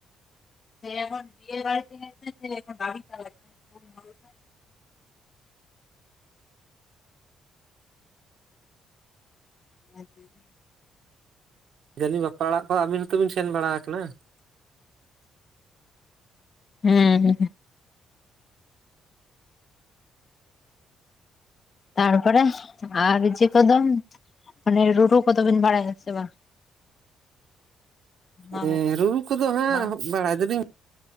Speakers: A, on the left; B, on the right.
A: <unintelligible> <unintelligible>
B: ᱡᱟ. ᱱᱤᱡ ᱵᱟᱯᱞᱟ ᱚᱲᱟᱜ ᱠᱚ ᱟᱹᱵᱤᱱ ᱦᱚᱸᱛᱚ ᱵᱤᱱ ᱥᱮᱱ ᱵᱟᱲᱟ ᱠᱟᱱᱟ?
A: ᱦᱮᱸ, ᱦᱮᱸ᱾ ᱛᱟᱨᱯᱚᱨᱮ ᱟᱨ ᱡᱮ ᱠᱚᱫᱚᱢ ᱢᱟᱱᱮ ᱨᱩᱨᱩ ᱠᱚᱫᱚ ᱵᱤᱱ ᱵᱟᱲᱟᱭᱟ ᱥᱮ ᱵᱟᱝ? ᱢᱟ
B: ᱦᱮᱸ ᱨᱩᱢ ᱠᱚᱫᱚ ᱦᱟᱸᱜ
A: ᱢᱟ
B: ᱵᱟᱲᱟᱭ ᱫᱚᱞᱤᱧ